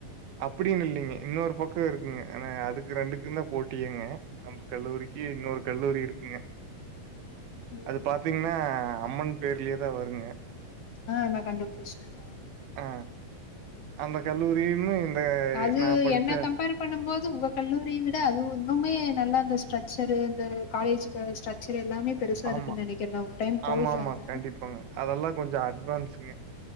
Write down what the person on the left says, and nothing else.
ம்
ம்
ஆ நான் கண்டுபுடிச்ட்டே ஆ
அது
என்ன கம்பேர் பண்ணும் போது உங்க கல்லூரி தா அது ஒன்னுமே நல்லா அந்த ஸ்ட்ரக்சரு இந்த காலேஜ்கான ஸ்ட்ரக்சர் எல்லாமே பெருசா
இருக்குன்னு நெனைக்கிறே நா ஒரு டைம்
போயிட்டு
வந்தே